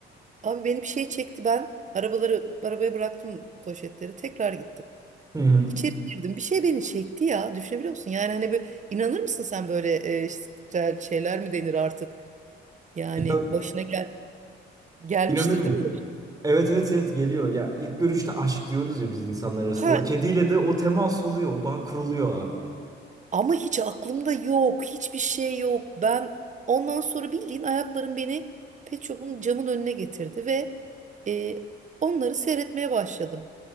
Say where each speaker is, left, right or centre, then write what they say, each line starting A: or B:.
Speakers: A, on the right (about 40°); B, on the right (about 20°).
A: Abi beni bir şey çekti ben. Arabaları arabaya bıraktım poşetleri. Tekrar gittim.
B: Hı hı.
A: İçeri girdim. Bir şey beni çekti ya. Düşünebiliyor musun? Yani hani böyle inanır mısın sen böyle e, işte şeyler mi denir artık? Yani
B: İnan-
A: başına gel gelmiştir
B: inanırım.
A: değil mi? bu?
B: Evet evet evet geliyor. Ya ilk görüşte aşk diyoruz ya biz insanlar arasında.
A: Ha
B: O kediyle de o temas oluyor. O bağ kuruluyor abi.
A: Ama hiç aklımda yok. Hiçbir şey yok. Ben ondan sonra bildiğin ayaklarım beni Pet Shop'un camın önüne getirdi ve e, onları seyretmeye başladım.